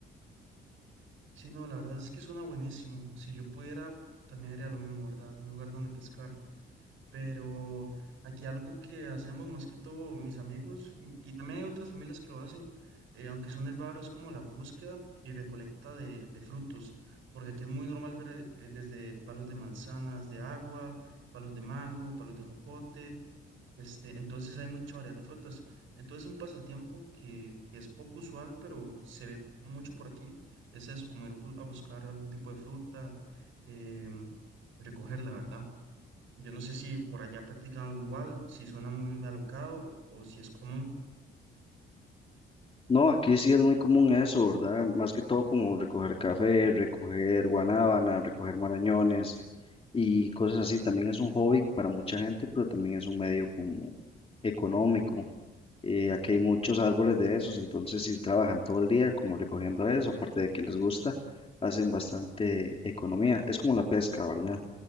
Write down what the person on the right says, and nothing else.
Sí, no, la verdad es que suena buenísimo. Si yo pudiera, también haría lo mismo, ¿verdad? Un lugar donde pescar. Pero aquí algo que hacemos más que todo mis amigos, y, y también hay otras familias que lo hacen, eh, aunque suene raro, es como la búsqueda y recolecta de, de frutos. Porque aquí es muy normal ver eh, desde palos de manzanas, de agua, palos de mango, palos de jocote Este, entonces hay mucha variedad de frutas. Entonces un pasatiempo que, que es poco usual, pero se ve mucho por aquí, es eso, como ir bu- a buscar algún tipo de fruta, em, recogerla, ¿verdad? Yo no sé si por allá practican algo igual, si suena muy alocado o si es común.